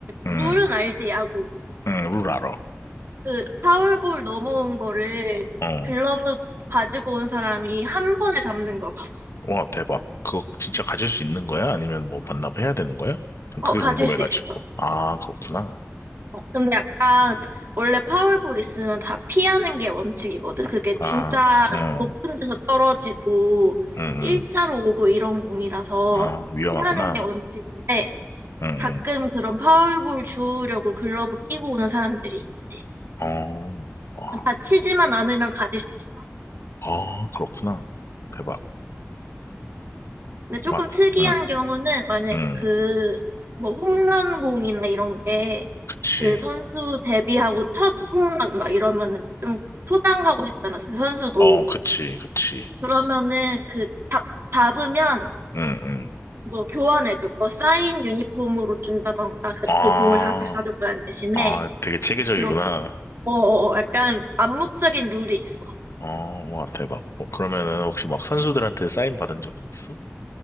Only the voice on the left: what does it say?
음,
음, 룰 알아.
어.
와, 대박. 그거 진짜 가질 수 있는 거야? 아니면 뭐 반납해야 되는 거야?
그게
궁금해가지고.
아, 그렇구나.
아, 응,
응, 응.
아, 위험하구나.
응,
응. 어, 와,
아, 그렇구나. 대박.
막,
응,
응.
그치.
어, 그치, 그치.
응, 응.
아,
아, 되게 체계적이구나.
어, 와, 대박. 뭐, 그러면은 혹시 막 선수들한테 사인 받은 적은 있어?